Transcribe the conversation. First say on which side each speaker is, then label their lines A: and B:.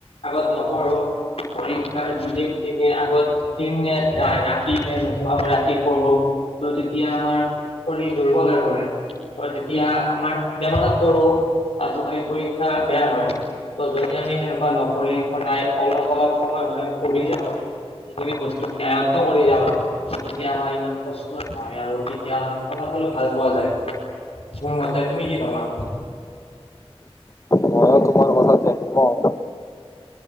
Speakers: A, on the left; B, on the left.
A: আগত নপঢ়ো পৰীক্ষাৰ দুদিন তিনদিন আগত দিনে ৰাতিয়ে নোহোৱাকৈ ৰাতি পঢ়ো ত তেতিয়া আমাৰ শৰীৰ দুৰ্বল হৈ পৰে। ত তেতিয়া আমাৰ বেমাৰত পৰো। তাৰপিছত আমি পৰীক্ষা বেয়া হয় ত যদি আমি সেনেকুৱা নকৰি সদায় অলপ অলপ সময় হলেও আমি পঢ়ি যাওঁ, <inaudible> বস্তুখিনি আয়ত্ব কৰি যাও তেতিয়া আমাৰ ইমান কষ্ট নহ আৰু তেতিয়া অলপ হলেও ভাল পোৱা যায় মোৰ মতে ।তুমি কি ভাবা?
B: মইয়ো তোমাৰ কথাত একমত